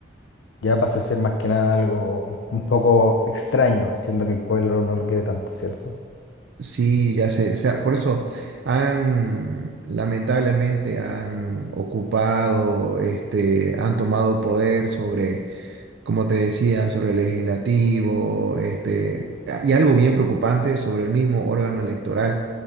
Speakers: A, on the left; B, on the right.
A: ya pasa a ser más que nada algo un poco extraño, siendo que el pueblo no lo quiere tanto, ¿cierto?
B: Sí, ya se, se ha- por eso han, lamentablemente han ocupado, este, han tomado poder sobre como te decía, sobre el legislativo, este, y algo bien preocupante sobre el mismo órgano electoral.